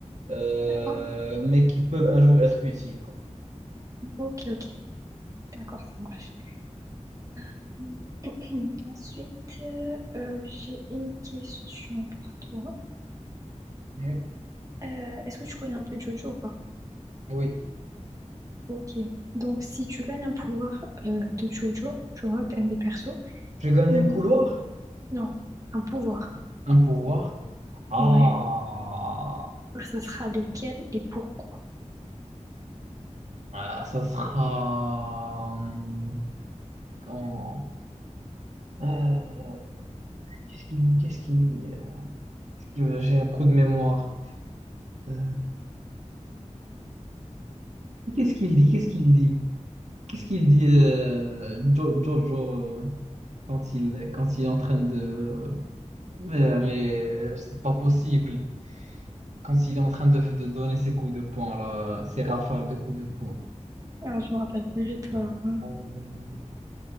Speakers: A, on the right; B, on the right.
A: euh,
B: D'accord.
A: mais qui peuvent un jour être utiles, quoi.
B: Ok, ok. D'accord, ça marche. <clears throat> Ensuite, euh, euh, j'ai une question pour toi.
A: Mhm.
B: Euh, est-ce que tu connais un peu Jojo ou pas?
A: Oui.
B: Ok. Donc, si tu gagnes un pouvoir euh, de Jojo, je vois un des persos.
A: Je gagne
B: Mais
A: un couloir,
B: Non, un pouvoir.
A: un pouvoir. Ah,
B: Ouais. Ça sera lequel et pourquoi?
A: Ah, ça sera. hum, Comment? Euh, qu'est-ce qu'il dit qu'est-ce qu'il dit? euh, J'ai un trou de mémoire. Euh, Qu'est-ce qu'il dit? Qu'est-ce qu'il dit? Qu'est-ce qu'il dit euh, Jo- Jojo euh, quand il, quand il est en train de... Mais, euh, mais c'est pas possible. Quand il est en train de, de donner ses coups de poing, là, ses rafales de coups de poing.
B: Ah, je me rappelle pas du tout. avant.
A: Euh,